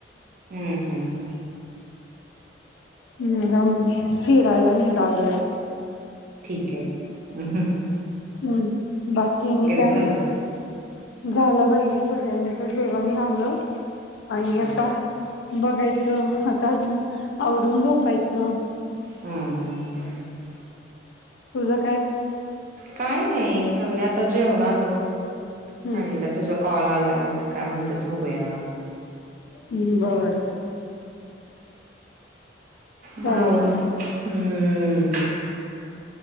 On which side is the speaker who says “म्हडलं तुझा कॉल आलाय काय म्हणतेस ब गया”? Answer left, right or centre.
Right